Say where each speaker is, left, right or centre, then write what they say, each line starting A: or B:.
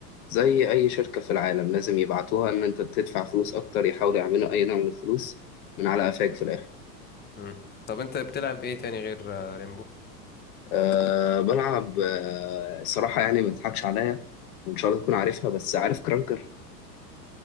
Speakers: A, on the left; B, on the left.
A: زي أي شركة في العالم لازم يبعتوها إن أنت تدفع فلوس أكتر يحاولوا يعملوا أي نوع من الفلوس من على قفاك في الآخر
B: مم. طب أنت بتلعب إيه تاني غير آه، ريمبو؟
A: أه بلعب أه الصراحة يعني ما تضحكش عليا وإن شاء الله تكون عارفها بس عارف كرانكر